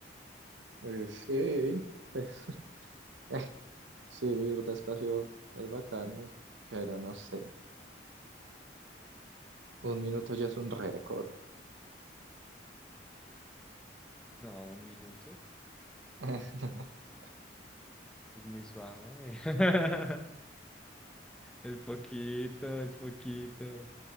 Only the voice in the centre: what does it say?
No, un minuto,
es muy suave. <laughs> Es poquito, es poquito.